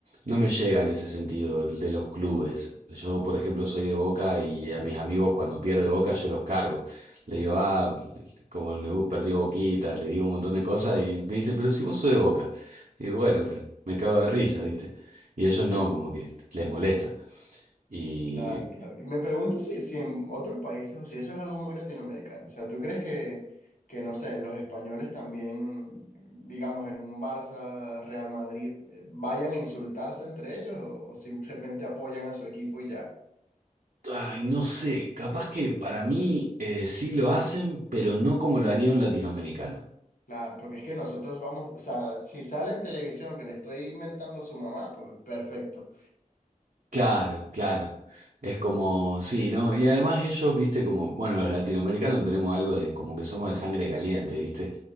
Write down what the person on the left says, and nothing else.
<laughs>
Claro, claro. Y Me pregunto si, si en otros países o si eso es algo muy latinoamericano. O sea, ¿tú crees que, que, no sé, los españoles también, digamos, en un Barça, Real Madrid, eh, vayan a insultarse entre ellos o, o simplemente apoyan a su equipo y ya?
Claro, porque es que nosotros vamos, o sea, si sale en televisión que le estoy inventando a su mamá, pues perfecto.